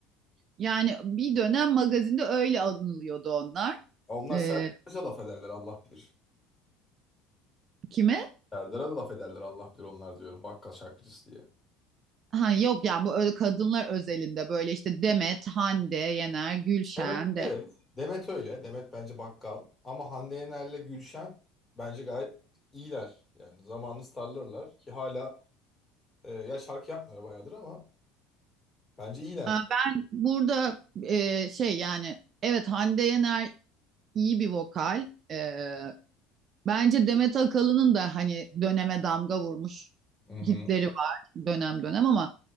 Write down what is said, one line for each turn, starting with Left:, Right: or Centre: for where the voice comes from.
Right: Yani bir dönem magazinde öyle anılıyordu onlar.
Left: Ya Onlar
Right: E,
Left: Serdar'a Azize laf ederler Allah bilir.
Right: kime?
Left: Serdar'a da laf ederler Allah bilir onlar diyorum bakkal şarkıcısı diye.
Right: Ha yok yani bu öyle kadınlar özelinde böyle işte Demet, Hande, Yener, Gülşen
Left: Demet Evet.
Right: de.
Left: Demet öyle. Demet bence bakkal. Ama Hande Yener'le Gülşen bence gayet iyiler. Yani zamanı starlarlar ki hala Ee, ya şarkı yapmıyor bayağıdır ama bence iyiler.
Right: Ha, Ben burada e, şey yani evet Hande Yener iyi bir vokal. E, bence Demet Akalın'ın da hani döneme damga vurmuş
Left: Hı hı.
Right: hitleri var dönem dönem ama